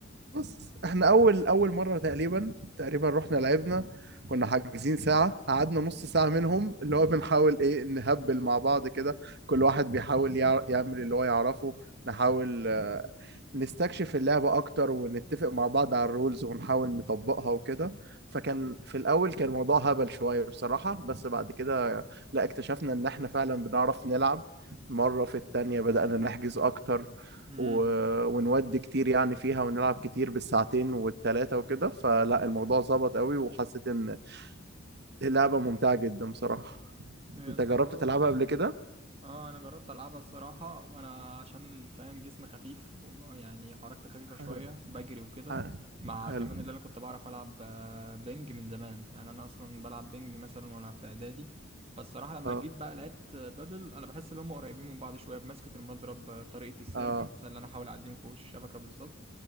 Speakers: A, on the right; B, on the right.
A: بص احنا اول اول مرة تقريبا تقريبا رحنا لعبنا كنا حاجزين ساعة قعدنا نص ساعة منهم اللي هو بنحاول ايه نهبل مع بعض كده كل واحد بيحاول يع- يعمل اللي هو يعرفه نحاول
B: مم.
A: نستكشف اللعبة أكتر ونتفق مع بعض على الرولز ونحاول نطبقها وكده فكان في الأول كان الموضوع هبل شوية بصراحة بس بعد كده لا اكتشفنا إن إحنا فعلا بنعرف نلعب مرة في التانية بدأنا نحجز أكتر
B: مم.
A: و... ونودي كتير يعني فيها ونلعب كتير بالساعتين والتلاتة وكده فلا الموضوع ظبط قوي وحسيت إن اللعبة ممتعة جدا بصراحة
B: هي
A: أنت
B: الصراحة
A: جربت
B: برضه
A: تلعبها
B: انا
A: قبل كده؟
B: اه انا جربت العبها الصراحه وانا عشان فاهم جسمي خفيف وب- يعني حركتي خفيفه
A: حلو
B: شويه بجري وكده
A: حلو
B: مع
A: حلو.
B: كمان اللي انا كنت بعرف العب آه، بينج من زمان يعني انا اصلا بلعب بينج مثلا وانا في اعدادي فالصراحه لما
A: اه
B: جيت بقى لعبت بدل انا بحس ان هم قريبين من بعض شويه بمسكه المضرب آه، طريقه السيرف
A: اه
B: مثلا اللي انا احاول اعدي من فوق الشبكه بالظبط